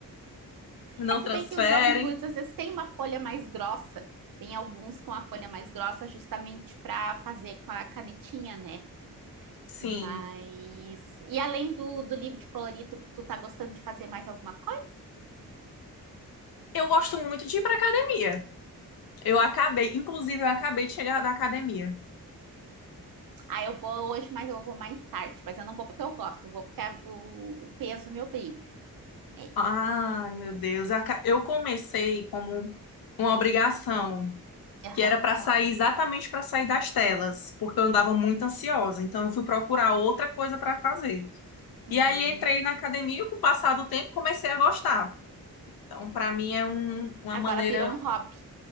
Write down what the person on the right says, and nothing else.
É se
bem que os Bob Goods às vezes têm uma folha mais grossa, tem alguns com a folha mais grossa justamente para fazer com a canetinha, né?
Mas. E além do, do livro de colorir, tu, tu tá gostando de fazer mais alguma coisa?
Ah, eu vou hoje, mas eu vou mais tarde. Mas eu não vou porque eu gosto, eu vou porque a- o, o peso me obriga. É.
Aham.
Sim.
Agora
virou um hobby.